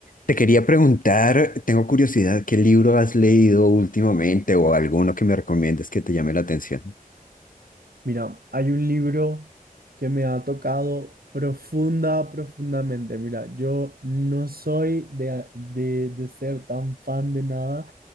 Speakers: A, on the left; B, on the right.
A: Te quería preguntar, tengo curiosidad, ¿qué libro has leído últimamente o alguno que me recomiendes que te llame la atención?
B: Mira, hay un libro que me ha tocado profunda, profundamente. Mira, yo no soy de, de, de ser tan fan de nada,